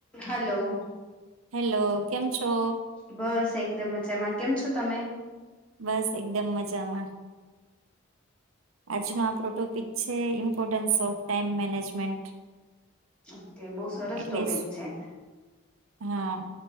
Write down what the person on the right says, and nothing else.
hello કેમ છો?
બસ એકદમ મજામાં. આજનો આપણો ટોપિક છે importance of time management.
એટલે
જ
હા